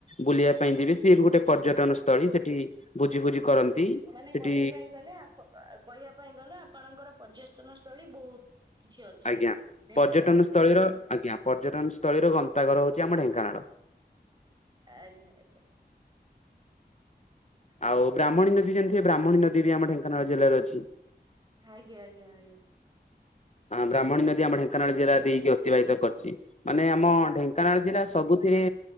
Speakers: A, on the left; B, on the right.
A: ବୁଲିବା ପାଇଁ ଯିବେ ସିଏ ବି ଗୋଟେ ପର୍ଯ୍ୟଟନ ସ୍ଥଳୀ ସେଠି ଭୋଜି ଫୋଜୀ କରନ୍ତି।
B: ମାନେ
A: ସେଠି
B: କହିବା ପାଇଁ ଗଲେ କହିବା ପାଇଁ ଗଲେ ଆପଣଙ୍କର ପର୍ଯ୍ୟଟନ ସ୍ଥଳୀ ବହୁତ କିଛି ଅଛି
A: ଆଜ୍ଞା
B: ଢେଙ୍କାନାଳ
A: ପର୍ଯ୍ୟଟନ ସ୍ଥଳୀର
B: ରେ ଆଜ୍ଞା।
A: ଆଜ୍ଞା ପର୍ଯ୍ୟଟନ ସ୍ଥଳୀ ର ଗନ୍ତାଘର ହଉଛି ଆମ ଢେଙ୍କାନାଳ।
B: ଆଜ୍ଞା ଆଜ୍ଞା।
A: ଆଉ ବ୍ରାହ୍ମଣୀ ନଦୀ ଜାଣିଥିବେ ବ୍ରାହ୍ମଣୀ ନଦୀ ବି ଆମ ଢୋଙ୍କାନାଳ ଜିଲ୍ଲା ରେ ଅଛି।
B: ଆଜ୍ଞ ଆଜ୍ଞା ଆଜ୍ଞା।
A: ହଁ ବ୍ରାହ୍ମଣୀ ନଦୀ ଆମ ଢେଙ୍କାନାଳ ଜିଲ୍ଲା ଦେଇକି ଅତିବାହିତ କରିଛି। ମାନେ ଆମ ଢେଙ୍କାନାଳ ଜିଲ୍ଲା ସବୁଥିରେ